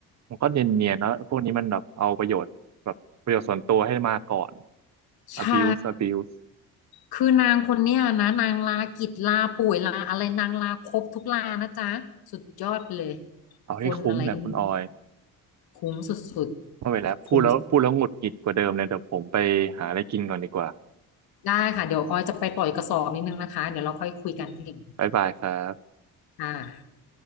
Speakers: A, on the right; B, on the left.
A: มันก็เนียนๆนะพวกนี้มันแบบเอาประโยชน์แบบประโยชน์ส่วนตัวให้มาก่อน
B: ๆใช่
A: abuse abuse
B: คือนางคนเนี้ยนะนางลากิจลาป่วยลาอะไรนางลาครบทุกลานะจ๊ะสุดยอดไปเลย
A: เอาให้คุ้มแหละคุณออย
B: คนอะไรก็ไมีคุ้มสุดๆคุ้ม
A: ไม่ไหวแล้วพูดแล้วพูดแล้วหงุดหงิดกว่าเดิมเลยเดี๋ยวผมไปหาอะไรกินก่อนดีกว่า
B: ได้ค่ะเดี๋ยวออยจะไปปล่อยกระสอบนิดนึงนะคะเดี๋ยวเราค่อยคุยกันทีหลัง
A: บ๊ายบายครบ
B: ค่ะ